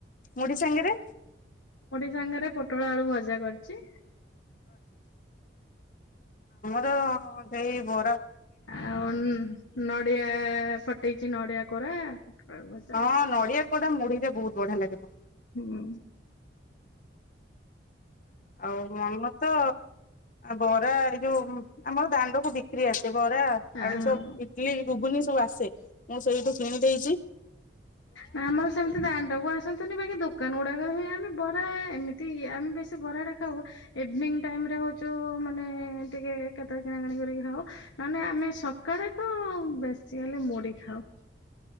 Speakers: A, on the left; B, on the left.
A: ମୁଢ଼ି ସାଙ୍ଗେରେ?
B: ସାଙ୍ଗେରେ ପୋଟଳ ଆଳୁ ଭଜା କରିଚି।
A: ତ ସେଇ ବ
B: ଆଉ ଉଁ ନଡ଼ିଆ ଫଟେଇଚି ନଡ଼ିଆ କୋରା ପୋଟଳ ଭଜା
A: ହଁ ନଡ଼ିଆ କୋଡ଼ା ମୁଢ଼ିରେ ବୋହୁତ ବଢ଼ିଆ ଲାଗିବ।
B: ହୁଁ।
A: ଆଉ ମମ ତ ବରା ଏଇ ଯୋଉ ଆମର ଦାଣ୍ଡ କୁ ବିକ୍ରି ଆସେ ବରା
B: ଆଉ
A: ଆଳୁ ଚପ୍ ଇଟିଲି ଘୁଗୁନି ସବୁ ଆସେ। ମୁଁ ସେଇଠୁ କିଣିଦେଇଛି।
B: ନା ଆମର ସେମିତି ଦାଣ୍ଡ କୁ ଆସନ୍ତିନି ବାକି ଦୋକାନ ଗୁାକରେ ବି ଆମେ ବରା ଏମିତି ଆମେ ବେଶି ବରାଟା ଖାଉ ଇଭ୍ନିଗ୍ ଟାଇମ୍ ମରେ ହଉଛୁ ମାନେ ଟିକେ କେତେବେଳେ କିଣା କିଣି କରିକି ଖାଉ ନହେନେ ଆମେ ସକାଳେ ତ ବେଶୀ ହେଲେ ମୁଡି ଖାଉ।